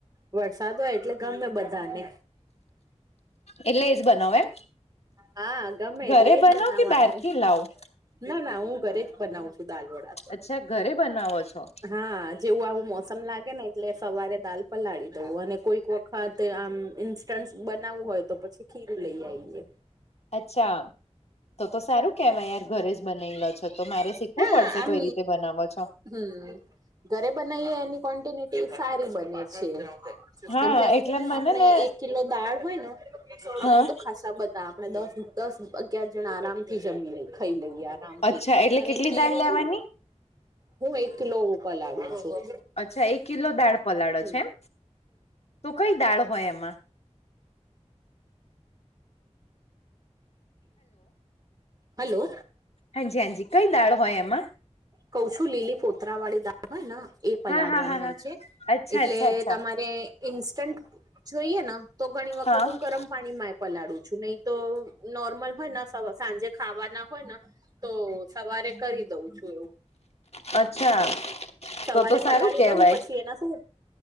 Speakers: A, on the right; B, on the left.
A: વરસાદ હોય એટલે ગમે બધાને.
B: એટલે એજ બનાવ એમ.
A: હા ગમે એટલે
B: ઘરે
A: એજ
B: બનાવ
A: બનાવાનું
B: કે બહાર થી લાવ
A: ના ના હું ઘરે જ બનાવ છું દાલ વડા તો
B: અચ્છા ઘરે બનાવો છો
A: હા જેવું આવું મોસમ લાગે ને એટલે સવારે દાલ પલાળી દવું અને કોઈક વક ખાતે આમ ઇન્સ્ટન્ટ બનાવવું હોય તો પછી ખીરું લઈ આઈએ.
B: અચ્છા તો તો સારું કેવાય યાર. ઘરે જ બનાલો છો તો મારે શીખવું
A: હા
B: પડશે
A: આમ
B: કઈ રીતે બનાવો છો.
A: હમ ઘરે બનાવીએ એની કો્વન્ટિનિટી સારી બને છે.
B: હા
A: કેમ કે આવેધ
B: એટલે મને
A: આપણે
B: ને
A: એક કિલો દાળ હોય ને આમાં
B: હા
A: તો ખાસા બધા આપણે દસ દસ અગિયાર જણા આરામ થી જમી લઈ ખાઈ લઈએ આરામથી
B: અચ્છા એટલે કેટલી
A: ખીરું
B: દાળ લેવાની
A: હું એક લો ઉપર લાવું છું.
B: અચ્છા એક કિલો દાળ પલાળો
A: હમ
B: છે એમ તો કઈ દાળ હોય એમ
A: હલો
B: હાંજી હાંજી કઈ દળ હોય એમાં?
A: કઉ છું લીલી ફોતરા વાળી દાળ હોય ન એ પલાળવાની
B: હા હા હા હા
A: હોય છે.
B: અચ્છા
A: એટલે
B: અચ્છા અચ્છા
A: તમારે ઈન્સ્ટન્ટ જોઈએ ન તો ઘણી વખત
B: હા
A: હું ગરમ પાણીમ માં પલાળું છું નહી તો નોર્મલ હોય ન સવ.. સાંજે ખાવાના હોય ન તો સવારે કરી દઉં છું.
B: અચ્છા.
A: સવારે
B: તો તો સારું
A: પલાળી
B: કેવાય
A: દવં પછી એના શું